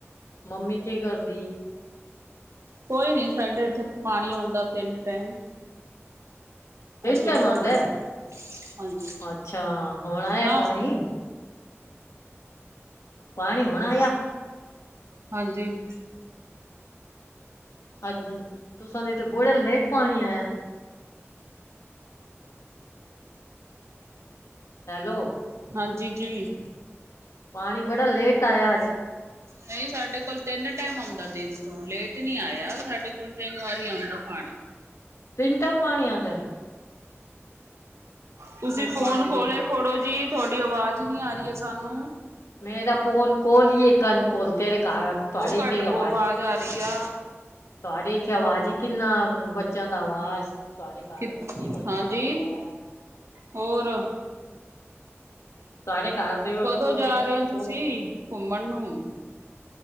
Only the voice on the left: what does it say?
ਮੰਮੀ ਕੇ ਕਰਦੀ-
ਤਿੰਨ
ਟਾਈਮ
ਆਉਂਦਾ ਹੈ?
ਅੱਛਾ ਹੋਣਾ ਹੈ।
ਪਾਣੀ- ਪਾਣੀ ਹੋਣਾ ਆ-
ਅੱਜ ਤੁ ਸ ਦੇ ਇੱਥੇ ਬੋੜਾ ਲੇਟ ਪਾਣੀ ਆਇਆ ਹੈਲੋ
ਪਾਣੀ ਬੜਾ ਲੇਟ ਆਇਆ ਅੱਜ
<inaudible> ਤਿੰਟਮ ਪਾਣੀਆਂ ਆਂਦਾ
ਪਾਣੀ
ਦੀ
ਮੇਰਾ ਫੋਨ ਕੋਲਈਏ ਕੰਨ ਕੋਲ ਤੇਰੇ ਤੁਹਾਡੀੇਥੇ
ਆਵਾਜ਼ ਹੀ
ਸਾੜੇ ਇੱਥੇ ਆਵਾਜ਼ ਹੀ ਕਿੰਨਾ ਬੱਚਿਆਂ ਦਾ ਆਵਾਜ਼ ਤੁਹਾਡੇ ਘਰ
ਚ ਕੀ ਵੱਜਦਾ
ਉਹ ਆਵਾਜ਼
ਤੁਹਾਡੇ ਘਰ ਦੇ
ਕੋਲ
ਬੱਚੇ
ਕੋਲ